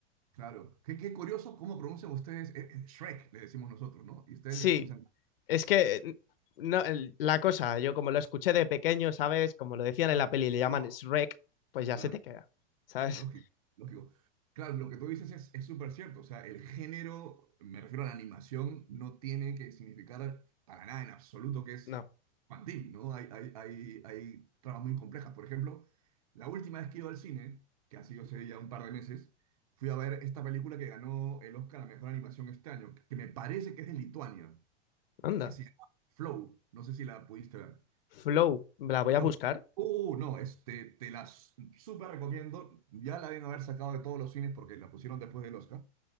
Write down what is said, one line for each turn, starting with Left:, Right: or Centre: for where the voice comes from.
Right: Claro. Qué, qué curioso cómo pronuncian ustedes. eh, eh, Shrek, le decimos nosotros, ¿no? Y ustedes
Left: Sí,
Right: le pronuncian.
Left: Es que eh, no, la cosa, yo como lo escuché de pequeño, ¿sabes? Como lo decían
Right: Claro,
Left: en la peli, le llaman
Right: no,
Left: Shrek, pues ya
Right: claro,
Left: se te queda, ¿sabes?
Right: lógico, lógico. Claro, lo que tú dices es, es súper cierto. O sea, el género, me refiero a la animación, no tiene que significar para nada en absoluto que es
Left: No.
Right: infantil, ¿no? Hay, hay, hay, hay tramas muy complejas. Por ejemplo, la última vez que iba al cine, que ha sido hace ya un par de meses, fui a ver esta película que ganó el Oscar a Mejor Animación este año, que me parece que es de Lituania,
Left: Anda.
Right: que se llama Flow. No sé si la pudiste ver.
Left: Flow, la voy
Right: Flow.
Left: a buscar.
Right: Uh, no, este, te la s- súper recomiendo. Ya la deben haber sacado de todos los cines porque la pusieron después del Oscar.